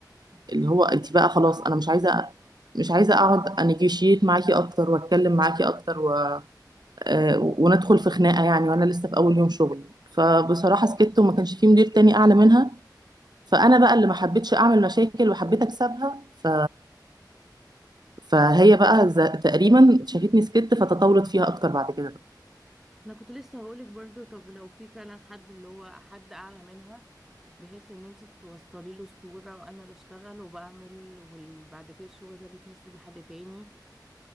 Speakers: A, on the right; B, in the centre.
A: اللي هو انت بقى خلاص انا مش عايزه مش عايزه اقعد انيجوشيت معاكي اكتر واتكلم معاكي اكتر و... آه، وندخل في خناقه يعني وانا لسه في اول يوم شغل فبصراحه سكت وما كانش في مدير تاني اعلى منها فانا بقى اللي ما حبيتش اعمل مشاكل وحبيت اكسبها ف... فهي بقى ز- تقريبا شافتني سكت فتطورت فيها اكتر بعد كده
B: انا كنت لسه هقولك برضو طب لو في فعلا حد اللي هو حد اعلى منها بحيث ان انت توصلي له الصورة وانا بشتغل وبعمل وبعد كده الشغل ده بيتنسب لحد تاني